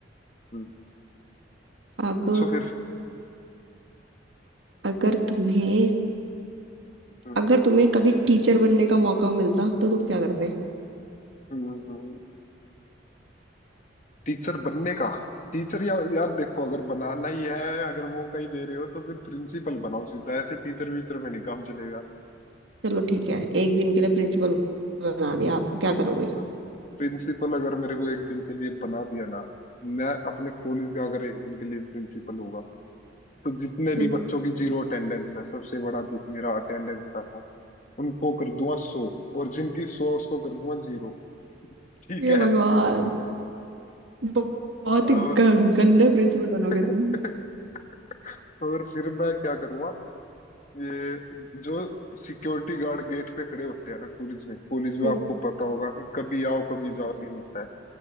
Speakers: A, on the left; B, on the right.
A: हम्म
B: अब
A: सो फिर
B: अगर तुम्हें
A: हम्म
B: अगर तुम्हें कभी टीचर बनने का मौका मिलता तो तुम क्या करते
A: हम्म हम्म, टीचर बनने का टीचर या यार देखो अगर बनाना ही है अगर मौका ही दे रहे हो तो फिर प्रिंसिपल बनाओ सीधा ऐसे टीचर वीचर में नहीं काम चलेगा
B: चलो ठीक है एक दिन के लिए प्रिंसिपल बना दिया आप क्या करोगे
A: प्रिंसिपल अगर मेरे को एक दिन के लिए बना दिया ना मैं अपने कॉलेज का अगर एक दिन के लिए प्रिंसिपल होगा तो जितने
B: <laughs> हम्म,
A: भी बच्चों की जीरो अटेंडेंस है सबसे बड़ा दुख मेरा अटेंडेंस का था उनको कर दूंगा सौ और जिनकी सौ उसको कर दूंगा जीरो ठीक
B: ये
A: है
B: भगवान ब- बहुत
A: और
B: ही ग- गंदे प्रिंसिपल
A: <laughs>
B: बनोगे तुम
A: और फिर मैं क्या करूंगा ये जो सिक्योरिटी गार्ड गेट पे खड़े होते हैं ना कॉलेज में कॉलेज में
B: हम्म,
A: आपको पता होगा कि कभी आओ कभी जाओ
B: हम्म,
A: सीन होता है